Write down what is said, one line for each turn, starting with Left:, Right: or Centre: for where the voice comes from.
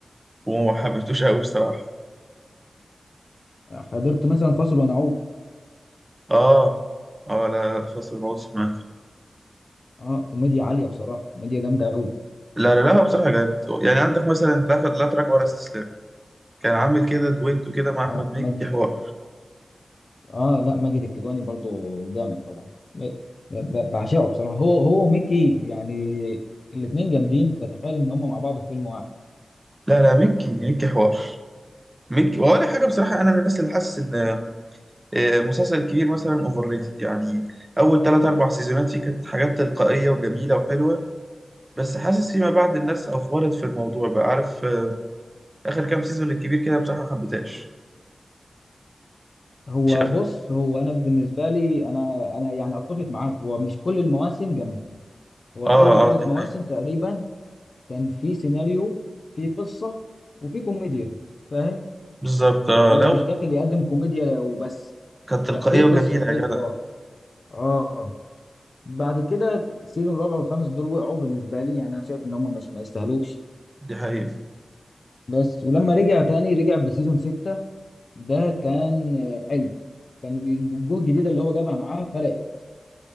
Right: وما حبيتوش قوي بصراحه
Left: آه، حضرت مثلا فاصل ونعود
Right: اه اه لا فصل الموت سمعته
Left: اه كوميديا عالية بصراحة كوميديا جامدة أوي
Right: لا لا لا هو بصراحه جامد يعني عندك مثلا لا لا تراجع ولا استسلام كان عامل كده دويتو كده مع
Left: اه
Right: احمد
Left: مج...
Right: مكي حوار
Left: اه لا ماجد الكدواني برضو جامد طبعا م- ب- بعشقه بصراحة هو هو وميكي يعني الاتنين جامدين فتخيل إن هما مع بعض في فيلم واحد
Right: لا لا مكي مكي حوار مكي ولا حاجه بصراحه انا من الناس اللي حاسس ان آه، مسلسل الكبير مثلا اوفر ريتد يعني اول ثلاث اربع سيزونات فيه كانت حاجات تلقائيه وجميله وحلوه بس حاسس فيما بعد الناس افورت في الموضوع بقى عارف آه، اخر كام سيزون للكبير كده بصراحه ما حبيتهاش
Left: هو
Right: شفت
Left: بص هو أنا بالنسبة لي أنا أنا يعني أتفق معاك هو مش كل المواسم جامدة هو
Right: اه
Left: أول ثلاث
Right: اه دي
Left: مواسم
Right: حقيقة
Left: تقريبا كان في سيناريو في قصة وفي كوميديا فاهم
Right: بالظبط
Left: يعني
Right: اه
Left: هو
Right: لو
Left: مش داخل يقدم كوميديا وبس
Right: كانت تلقائية
Left: لا في قصة
Right: وجميلة
Left: وفي
Right: يا جدع
Left: حوار اه بعد كده السيزون الرابع والخامس دول وقعوا بالنسبة لي يعني انا شايف ان هم مش ما يستاهلوش
Right: دي حقيقة
Left: بس ولما رجع تاني رجع بسيزون ستة ده كان آه، حلو كان الوجوه الجديدة اللي هو جابها معاه فرقت